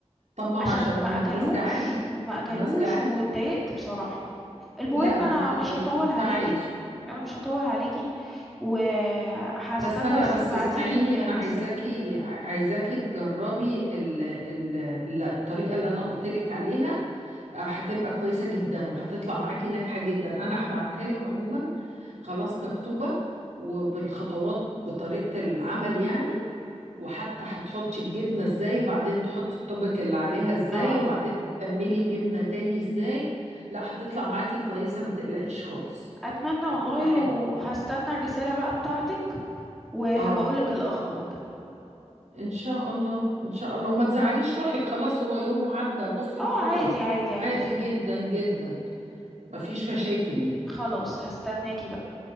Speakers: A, on the right (about 90°); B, in the centre.
A: طب ما هو
B: عشان
A: عشان
B: ما
A: هم
B: اكلوش
A: الناس جعانه
B: ما اكلوش
A: الناس جعانه
B: واتضايقت بصراحه المهم
A: لا لا
B: انا
A: ما تتضايقيش
B: مش هطول
A: ده
B: عليكي
A: عادي
B: انا مش هطول عليكي وهستنى
A: بس انا
B: بس
A: بس
B: تبعتيلي
A: اسمعيني انا
B: الرسالة
A: عايزاكي ع- عايزاكي تجربي ال ال ال- الطريقه اللي انا قلت لك عليها آه، هتبقى كويسه جدا وهتطلع معاكي ناجحه جدا انا هبعتها لك عموما خلاص مكتوبه وبالخطوات بطريقه العمل يعني وحتى هتحطي الجبنه ازاي وبعدين تحطي الطبق اللي عليها ازاي
B: اه
A: وبعدين تكملي جبنه تاني ازاي لا هتطلع معاكي كويسه ما تقلقيش خالص
B: اتمنى والله
A: هتبقى حلو
B: وهستنى الرسالة بقى بتاعتك وهبقولك
A: اه
B: الاخبار
A: ان شاء الله ان شاء الله وما تزعليش روحك خلاص هو يوم وعدى بصي
B: اه
A: لبكره
B: عادي عادي عادي
A: عادي جدا جدا مفيش مشاكل يعني
B: خلاص هستناكي بقى